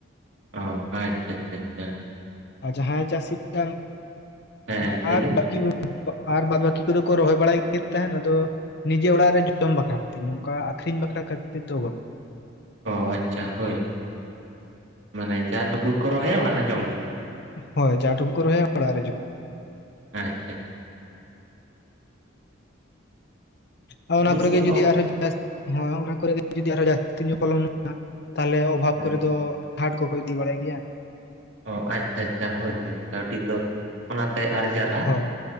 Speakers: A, on the right; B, on the left.
A: ᱚ ᱟᱪᱪᱷᱟ, ᱟᱪᱪᱷᱟ, ᱟᱪᱪᱷᱟ
B: ᱟᱨ ᱡᱟᱦᱟᱸ ᱪᱟᱹᱥᱤ <inaudible>
A: ᱦᱮᱸ ᱞᱟᱹᱭ
B: ᱟᱨᱵᱟᱠᱤ
A: ᱵᱤᱱ
B: ᱟᱨ ᱵᱟᱫᱽ ᱵᱟᱹᱠᱤ ᱠᱚᱫᱚ ᱠᱚ ᱨᱚᱦᱚᱭ ᱵᱟᱲᱟᱭᱮᱫ ᱛᱟᱦᱮᱱᱟ ᱟᱫᱚ᱾ ᱱᱤᱡᱮ ᱚᱲᱟᱜ ᱨᱮ ᱡᱚᱢ ᱵᱟᱠᱷᱨᱟ ᱠᱷᱟᱹᱛᱤᱨ ᱱᱚᱝᱠᱟ ᱟᱠᱷᱨᱤᱧ ᱵᱟᱠᱷᱨᱟ ᱠᱷᱛᱤᱨ ᱛᱮ ᱫᱚ ᱵᱟᱝ᱾
A: ᱚ ᱟᱪᱪᱷᱟ ᱦᱳᱭ ᱦᱳᱭ ᱢᱟᱱᱮ ᱡᱟ ᱴᱩᱠᱩ ᱠᱚ ᱨᱚᱦᱚᱭᱟ ᱚᱲᱟᱜ ᱨᱮ ᱡᱚᱢ ᱞᱟᱹᱜᱤᱫᱼᱼ
B: ᱦᱳᱭ ᱡᱟ ᱴᱩᱠᱩ ᱠᱚ ᱨᱚᱦᱚᱭᱟ ᱚᱲᱟᱜᱨᱮ ᱡᱚᱝᱼᱼ
A: ᱟᱪᱪᱷᱟ ᱟᱪᱷᱼᱼ
B: ᱟᱨ ᱚᱱᱟ
A: ᱟᱹᱞᱤᱧ
B: ᱠᱚᱨᱮ
A: ᱥᱮᱫ
B: ᱜᱮ
A: ᱦᱚᱸ
B: ᱡᱩᱫᱤ ᱟᱨᱦᱚᱸᱼᱼ ᱡᱟᱥ ᱦᱚᱭ ᱚᱱᱟ ᱠᱚᱨᱮ ᱡᱩᱫᱤ ᱟᱨᱚ ᱡᱟᱹᱥᱛᱤ ᱧᱚᱜ ᱯᱚᱞᱚᱜᱼᱟ ᱛᱟᱦᱚᱞᱮ ᱚᱵᱷᱟᱵ
A: ᱦᱮᱸ
B: ᱠᱚᱨᱮ ᱫᱚ ᱦᱟᱴ ᱠᱚᱠᱚ ᱤᱫᱤ ᱵᱟᱲᱟᱭ ᱜᱮᱭᱟ ᱾
A: ᱚ ᱟᱪᱪᱷᱟ ᱟᱪᱪᱷᱟ ᱦᱳᱭ ᱦᱳᱭ ᱠᱟᱹᱣᱰᱤ ᱫᱚ ᱚᱱᱟᱛᱮ ᱟᱨᱡᱟᱜᱼᱟ
B: ᱦᱳᱭ
A: ᱾